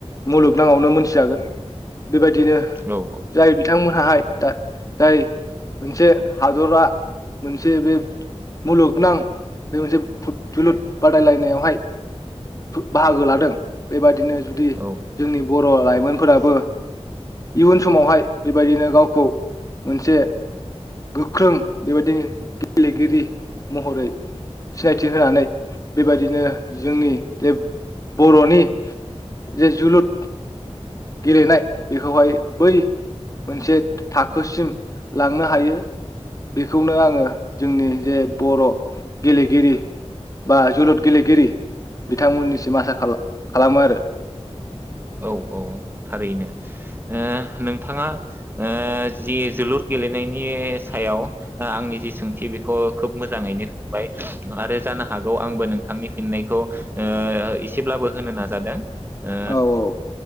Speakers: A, on the left (about 30°); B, on the right (about 20°).
A: मुलुगनााङावनो मोनथिजागोन बेबायदिनो
B: औ
A: जाय बिथांमोन थाखाय जाय मोनसे हादरा मोनसे बे मुलुगनां बे मोनसे जोलुर बादायलायनायावहाय बाहागो लादों बेबायदिनो जुदि
B: औ
A: जोंनि बत ब्र लाइमोनफोराबो इयुन समावहाय बेबायदिनो गावखौ मोनसे गोख्रों बेबायदिनो गेलेगिरि महरै सिनायथि होनानै बेबायदिनो जोंनि जे बर'नि जे जोलुर गेलेनाय बेखौहाय बै मोनसे थाखो थाखोसिम लांनो हायो। बेखौनो आङो जोंनि जे बर' गेलेगिरि बा जोलुर गेलेगिरि बिथांमोननिसिम आसा खा-खालामो आरो।
B: औ औ थारैनो ओ नोंथाङा ओ जि जोलुर गेलेनायनि सायाव आंनि जि सोंथि बेखौ खोब मोजाङैनो होबाय आरो जानो हागौ आंबो नोंथांनि फिननायखौ ओ एसेब्लाबो होनो नाजादों ओ
A: औ औ